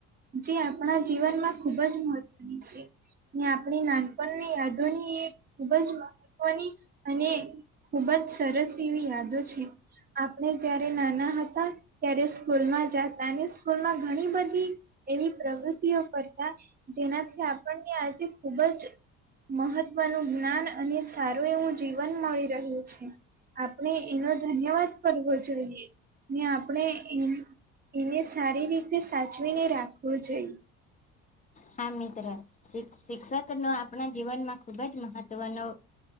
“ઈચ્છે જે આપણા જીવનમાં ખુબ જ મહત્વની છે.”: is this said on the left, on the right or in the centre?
Right